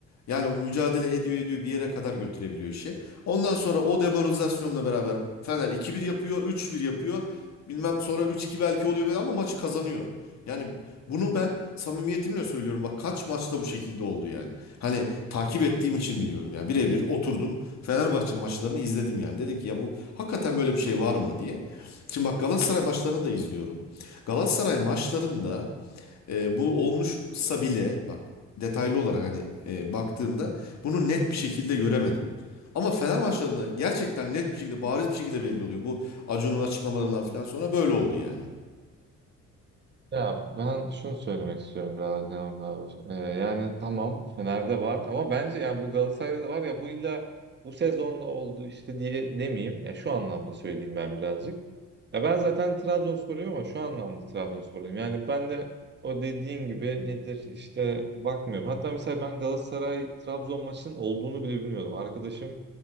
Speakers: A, on the left (about 65°); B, on the right (about 35°).
A: Yani mücadele ediyor ediyor bir yere kadar götürebiliyor işi. Ondan sonra o demoralizasyonla beraber Fener iki bir yapıyor, üç bir yapıyor. Bilmem sonra üç iki belki oluyor ama maçı kazanıyor. Yani bunu ben samimiyetimle söylüyorum. Bak kaç maçta bu şekilde oldu yani. Hani takip
B: Hı.
A: ettiğim için biliyorum. Yani birebir oturdum Fenerbahçe maçlarını izledim yani. Dedim ki ya bu hakikaten böyle bir şey var mı diye. Şimdi bak Galatasaray maçlarını da izliyorum. Galatasaray maçlarında e, bu olmuşsa bile bak detaylı olarak hani e, baktığımda bunu net bir şekilde göremedim. Ama Fener maçlarında gerçekten net bir şekilde bariz bir şekilde belli oluyor. Bu Acun'un açıklamalarından falan sonra böyle oldu yani.
B: Ya ben şunu söylemek istiyorum biraz Yavuz abi. Ee, yani tamam Fener'de var ama bence yani bu Galatasaray'da da var ya bu illa bu sezonda oldu işte diye demeyeyim. Ya şu anlamda söyleyeyim ben birazcık. Ya ben zaten Trabzonsporluyum ama şu anlamda Trabzonsporluyum. Yani ben de o dediğin gibi nedir işte bakmıyorum. Hatta mesela ben Galatasaray Trabzon maçının olduğunu bile bilmiyordum. Arkadaşım